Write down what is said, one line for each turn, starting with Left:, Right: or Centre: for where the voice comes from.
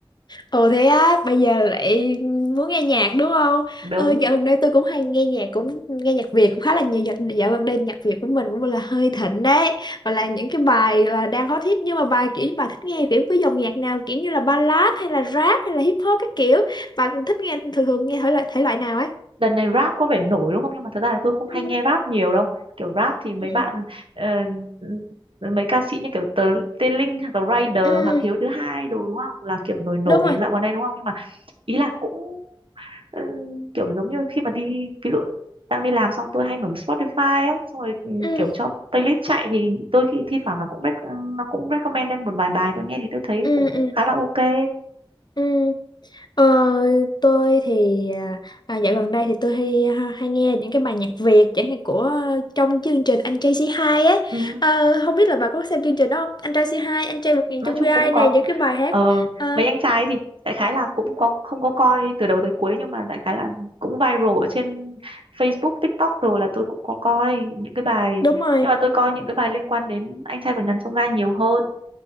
Left: Ồ thế á, bây giờ lại muốn nghe nhạc đúng không?
Right: Đúng,
Left: Ờ, dạo gần đây tôi cũng hay nghe nhạc cũng nghe nhạc Việt cũng khá là nhiều dạo, dạo gần đây nhạc Việt của mình cũng là hơi thịnh đấy. Và là những cái bài là đang hot hit nhưng mà bài kiểu bà thích nghe kiểu cái dòng nhạc nào kiểu như là ballad hay là rap hay là hip hop các kiểu. Bạn thích nghe thường thường nghe thể loại thể loại nào ấy?
Right: đợt này rap có vẻ nổi đúng không? Nhưng mà thật ra là tôi không
Left: Ừ,
Right: hay nghe rap nhiều đâu. Kiểu rap thì mấy
Left: ừ,
Right: bạn ờ, ừ, mấy ca sĩ như kiểu Tờ, Tê Linh hoặc là Rider
Left: ừ,
Right: hoặc Hiếu thứ hai đồ đúng không? Là kiểu nổi nổi
Left: đúng rồi.
Right: dạo gần đây đúng không? Nhưng mà ý là cũng Ừ, kiểu giống như khi mà đi ví dụ đang đi làm xong tôi hay mở Spotify á xong rồi ừ,
Left: Ừ,
Right: kiểu cho playlist chạy thì tôi khi thi thoảng là cũng rec- nó cũng recommend lên một vài bài tôi nghe thì tôi thấy
Left: ừ,
Right: cũng
Left: ừ,
Right: khá là ok
Left: ừ. Ờ, tôi thì à, à, dạo gần đây thì tôi hay hay nghe những cái bài nhạc Việt chẳng hạn của ờ, trong chương trình Anh Trai Say Hi ấy
Right: ừ.
Left: Ờ, không biết là bà có xem chương trình đó không Anh Trai Say Hi Anh Trai Vượt Ngàn
Right: nói
Left: Chông
Right: chung
Left: Gai
Right: cũng có
Left: này những cái bài hát
Right: ờ,
Left: Ờ,
Right: mấy anh trai ấy thì đại khái là cũng có không có coi từ đầu tới cuối nhưng mà đại khái là cũng viral ở trên Facebook TikTok rồi là tôi cũng có coi những cái bài
Left: đúng rồi
Right: nhưng mà tôi coi những cái bài liên quan đến anh trai vượt ngàn chông gai nhiều hơn